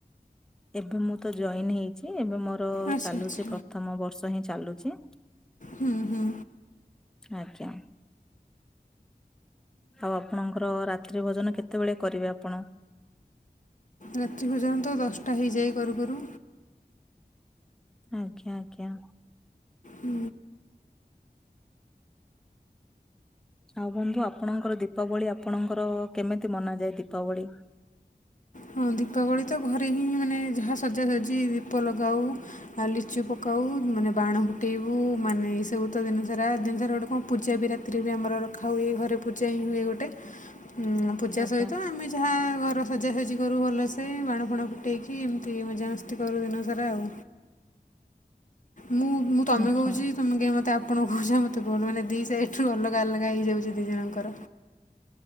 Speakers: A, in the centre; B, on the left.
A: ଏବେ ମୁଁ ତ ଜଏନ ହେଇଛି ଏବେ ମୋର
B: ଆଚ୍ଛା
A: ଚାଲୁଛି
B: ଆଚ୍ଛା
A: ପ୍ରଥମ ବର୍ଷ ହିଁ ଚାଲୁଛି।
B: ହୁଁ ହୁଁ।
A: ଆଜ୍ଞା। ଆଉ ଆପଣଙ୍କର ରାତ୍ରି ଭୋଜନ କେତେବେଳେ କରିବେ ଆପଣ?
B: ରାତ୍ରି ଭୋଜନ ତ ଦଶଟା ହେଇଯାଏ କରୁ କରୁ।
A: ଆଜ୍ଞା ଆଜ୍ଞା।
B: ହୁଁ।
A: ଆଉ ବନ୍ଧୁ ଆପଣଙ୍କର ଦୀପାବଳି ଆପଣଙ୍କର କେମିତି ମନାଯାଏ ଦୀପାବଳି?
B: ହଁ ଦୀପାବଳି ତ ଘରେ ହିଁ ମାନେ ଯାହା ସଜାସଜି ଦୀପ ଲଗାଉ ଆ ଲିଚୁ ପକା ଆଉ ମାନେ ବାଣ ଫୁଟେଇବୁ ମାନେ ଏଇସବୁ ତ ଦିନ ସାରା ଦିନସାରା ଗୋଟେ କଣ ପୂଜା ବି ରାତିରେ ହୁଏ ଆମର ର ରଖା ହୁଏ ଘରେ ପୂଜା ହିଁ ହୁଏ ଗୋଟେ ଉଁ ପୂଜା
A: ଆଜ୍ଞା।
B: ସହିତ ଆମେ ଯାହା ଘର ସଜାସଜି ରୁ ଭଲ ସେ ବାଣ ଫାଣ ଫୁଟେଇକି ଏମିତି ମଜାମସ୍ତି କରୁ ଦିନସାରା ଆଉ ମୁଁ ମୁଁ ତମେ
A: ଆଜ୍ଞା
B: କହୁଛି ତମେ କାଇଁ ମତେ ଆ ଆପଣ କହୁଛ ମୋତେ ଭଲ ମାନେ ଦି ସାଇଡ ରୁ ଅଲଗା ଅଲଗା ହେଇଯାଉଛି ଦି ଜଣଙ୍କର।